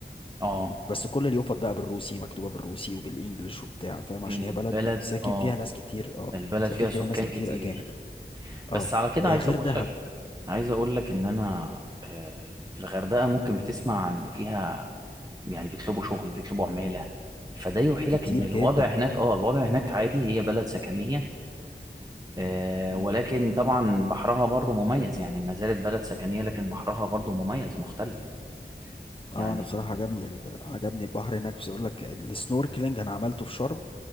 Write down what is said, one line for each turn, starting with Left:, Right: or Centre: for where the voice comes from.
Right: آه
Left: بس كل اليافط بقى بالروسي مكتوبة بالروسي وبالإنجلش وبتاع فاهم عشان
Right: البلد
Left: هي بلد ساكن
Right: آه
Left: فيها ناس كتير اه
Right: البلد
Left: ساكن
Right: فيها
Left: فيها
Right: سكان
Left: ناس كتير
Right: كتير
Left: أجانب
Right: بس
Left: اه
Right: على كده
Left: آه،
Right: عايز
Left: غير
Right: أقول
Left: دهب
Right: لك عايز أقول لك إن أنا آه، الغردقة ممكن بتسمع إن فيها يعني بيطلبوا شغل بيطلبوا عمالة فده يوحي
Left: كتير
Right: لك ان الوضع
Left: جدا
Right: هناك اه الوضع هناك عادي هي بلد سكنية آه
Left: مم.
Right: ولكن طبعا بحرها برضو مميز يعني ما زالت بلد سكنية لكن بحرها برضو مميز مختلف
Left: اه
Right: يعني
Left: انا بصراحه عجبني ال- عجبني البحر هناك بس اقول لك السنوركلينج انا عملته في شرم